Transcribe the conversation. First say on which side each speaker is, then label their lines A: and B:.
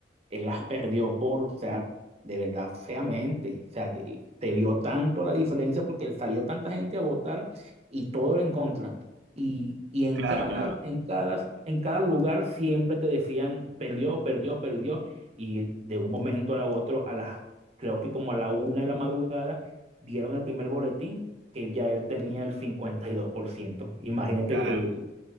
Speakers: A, on the right (about 35°); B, on the right (about 75°).
A: él las perdió por, o sea, de verdad, feamente. O sea, que te vio tanto la diferencia porque salió tanta gente a votar y todo era en contra. Y, y en
B: Claro,
A: cada,
B: claro,
A: en cada, en cada lugar siempre te decían, perdió, perdió, perdió. Y de un momento a otro, a las, creo que como a la una de la madrugada, dieron el primer boletín que ya él tenía el cincuenta y dos por ciento Imagínate
B: claro.
A: el,